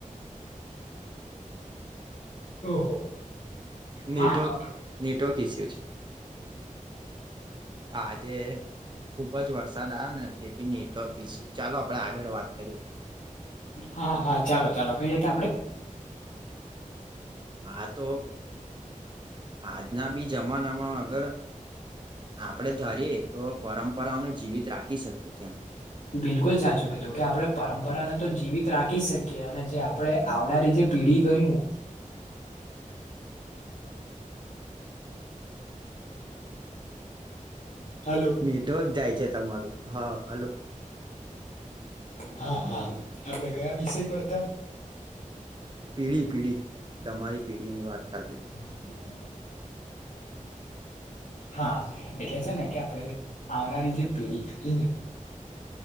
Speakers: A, on the left; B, on the right.
A: ઓહો
B: નેટવર્ક
A: હા તો આપણે-
B: નેટવર્ક ઇસ્યુ છે આજે ખુબ જ વરસાદ આવ્યો ને તેથી નેટ ઈશ ચાલો આપડે આગળ વાત કરીએ
A: હા હા ચાલો ચાલો કઈ હતા આપડે
B: હા તો આજના બી જમાના માં અગર આપડે ધારીએ તો પરંપરાઓને જીવિત રાખી શકીએ જેમ
A: બિલકુલ સાચું કીધું કે આપડણે પરંપરાને તો જીવિત રાખી શકીએ અને જે આપણે આવનારી જે પીઢી કરી ને હલો
B: નેટવર્ક જાય છે તમારું હા હલો
A: હા હા આપડે કયા વિષય પર હતા
B: પીળી પીળી તમારી પીઢી ની વાત ચાલતી
A: <inaudible> હા એટલે છે ને કે આપણે આવનારી જે પેઢી કરી ને